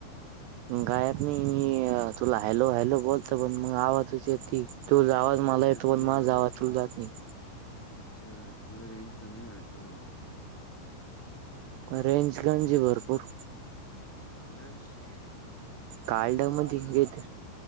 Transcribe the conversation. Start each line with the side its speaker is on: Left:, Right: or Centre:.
Right: गायब नाही मी तुला हॅलो हॅलो बोलत पण मग आवाज य ती तू आवाज मला
Centre: अरे
Right: येतो
Centre: तुझा
Right: पण माझा आवाज तुला जात नाही.
Centre: अच्छा तुला रेंज कमी वाटतं भाऊ.
Right: रेंजगंजी भरपूर.
Centre: मग काय विषय तुझ
Right: कार्डा
Centre: तुझा
Right: मध्ये
Centre: आवाजच
Right: घेत